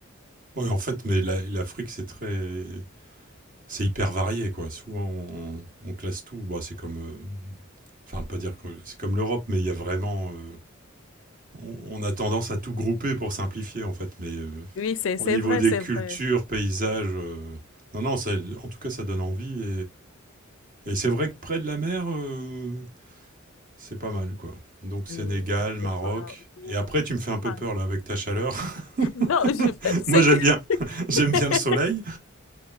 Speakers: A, on the right; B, on the left.
A: Ouais, en fait, mais la- l'Afrique, c'est très... C'est hyper varié, quoi. Souvent, on, on classe tout. Bah, c'est comme... euh, Enfin, pas dire que c'est comme l'Europe, mais il y a vraiment. euh, on, on a tendance à tout grouper pour simplifier, en fait. Mais euh,
B: Oui, c'est, c'est
A: au niveau
B: vrai,
A: des
B: c'est
A: cultures,
B: vrai.
A: paysages. euh, non, non, ça- en tout cas, ça donne envie. Et, et c'est vrai que près de la mer, euh, c'est pas mal, quoi. Donc, Sénégal,
B: Oui, je
A: Maroc.
B: sais pas où.
A: Et après, tu me fais un peu
B: Ah,
A: peur, là, avec ta chaleur. <laughs>
B: <laughs> non, je, c'est
A: Moi, j'aime
B: que
A: bien. <laughs> J'aime
B: <laughs>
A: bien le soleil.